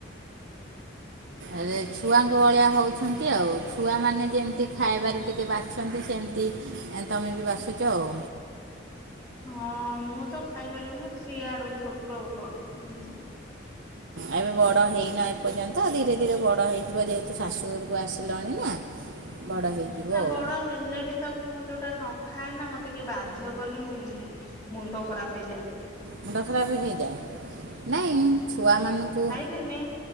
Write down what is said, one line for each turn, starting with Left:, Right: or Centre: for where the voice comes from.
Right: ଆରେ ଛୁଆଙ୍କ ଭଳିଆ ହଉଛନ୍ତି ଆଉ। ଛୁଆମାନେ ଯେମିତି ଖାଇବାରେ ଟିକେ ବାଛନ୍ତି ସେମିତି ତୁମେ ବି ବାଛୁଚ ଆଉ।
Left: ହଁ ମୁଁ ତ ଖାଇପାରିନି ସିଆଡୁ ଛୋଟ ବଳୁ ଏମତି।
Right: ଏବେ ବଡ଼ ହେଇନ ଏପର୍ଯ୍ୟନ୍ତ ଧୀରେ ଧୀରେ ବଡ଼ ହେଇଯିବ ଯେହେତୁ ଶାଶୁଘରୁ ତୁ ଆସିଲଣି ନା ବଡ଼ ହେଇଯିବ
Left: ନା
Right: ଆଉ।
Left: ବଡ ହେଲେ ବି ତ ମୁଁ ଯୋଉଟା ନ ଖାଏ ନା ମତେ କିଏ ବାଧ୍ୟ କଲେ ମୋ ମୁଣ୍ଡ ଖରାପ ହେଇଯାଏ।
Right: ମୁଣ୍ଡ ଖରାପ ହେଇଯାଏ ନାଇଁ ଛୁଆମାନଙ୍କୁ
Left: କିନେ।